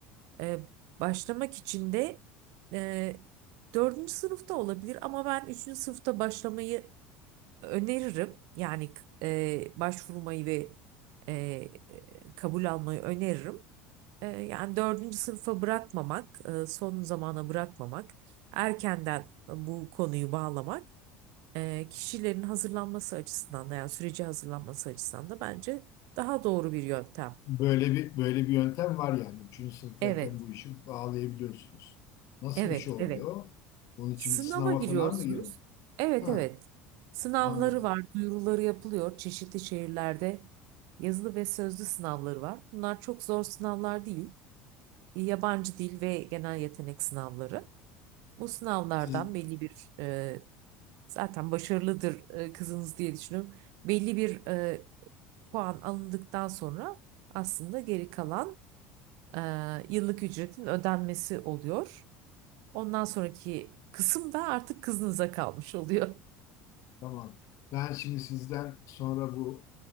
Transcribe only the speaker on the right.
E, başlamak için de e, dördüncü sınıfta olabilir ama ben üçüncü sınıfta başlamayı öneririm. Yani e, başvurmayı ve e, e, kabul almayı öneririm. E, yani dördüncü sınıfa bırakmamak, e, son zamana bırakmamak, erkenden bu konuyu bağlamak e, kişilerin hazırlanması açısından da yani süreci hazırlanması açısından da bence daha doğru bir yöntem.
Evet,
evet,
evet.
Sınava
giriyorsunuz.
Evet
evet. Sınavları
var, duyuruları yapılıyor. Çeşitli şehirlerde yazılı ve sözlü sınavları var. Bunlar çok zor sınavlar değil. Yabancı dil ve genel yetenek sınavları. Bu sınavlardan
belli bir e, zaten başarılıdır e, kızınız diye düşünüyorum. Belli bir e, puan alındıktan sonra aslında geri kalan e, yıllık ücretin ödenmesi oluyor. Ondan sonraki kısım da artık kızınıza kalmış oluyor.